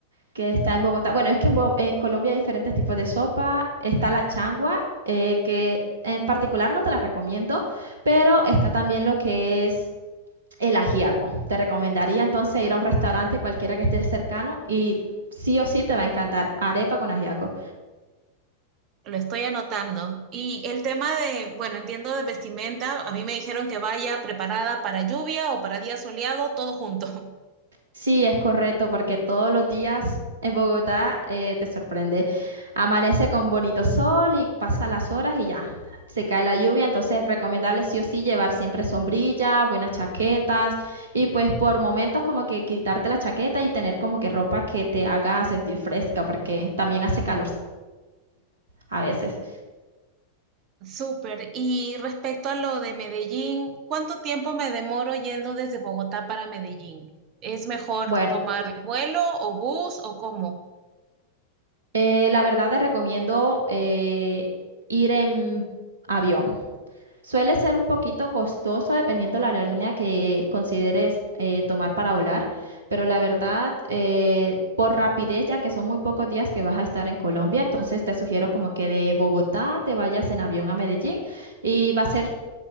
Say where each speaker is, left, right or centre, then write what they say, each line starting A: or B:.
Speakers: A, on the right (about 65°); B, on the right (about 40°).
A: que está en Bogotá. Bueno, es que en, Bo- en Colombia hay diferentes tipos de sopa. Está la changua, eh, que en particular no te la recomiendo, pero está también lo que es el ajiaco. Te recomendaría entonces ir a un restaurante cualquiera que esté cercano y sí o sí te va a encantar arepa con ajiaco.
B: Lo estoy anotando. Y el tema de, bueno, entiendo de vestimenta, a mí me dijeron que vaya preparada para lluvia o para día soleado, todo junto. <laughs>
A: Sí, es correcto, porque todos los días en Bogotá eh, te sorprende. Amanece con bonito sol y pasa las horas y ya, se cae la lluvia, entonces es recomendable sí o sí llevar siempre sombrilla, buenas chaquetas y pues por momentos como que quitarte la chaqueta y tener como que ropa que te haga sentir fresca, porque también hace calorcito a veces.
B: Súper. Y respecto a lo de Medellín, ¿cuánto tiempo me demoro yendo desde Bogotá para Medellín? ¿Es mejor
A: Bueno,
B: tomar Bueno, vuelo o bus o cómo?
A: eh, la verdad te recomiendo eh, ir en avión. Suele ser un poquito costoso dependiendo la aerolínea que consideres eh, tomar para volar, pero la verdad, eh, por rapidez, ya que son muy pocos días que vas a estar en Colombia, entonces te sugiero como que de Bogotá te vayas en avión a Medellín y va a ser,